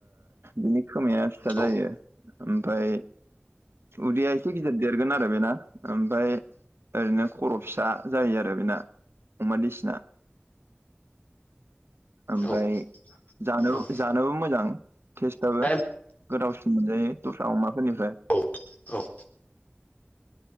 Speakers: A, on the right (about 80°); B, on the left (about 40°).
A: बिनि- -खोमाया फिसा जायो
B: औ
A: ओमफ्राय उदैया एसे- गिदिर देरगोन आरो बेना ओमफ्राय ओरैनो खर' फिसा जायो आरो बेना ममाद इसना ओमफ्राय
B: औ
A: जानो
B: औ
A: जानोबो मोजां टेस्टाबो
B: दा
A: गोथावसिन मोनजायो दस्रा अमाफोरनिफ्राय
B: औ -औ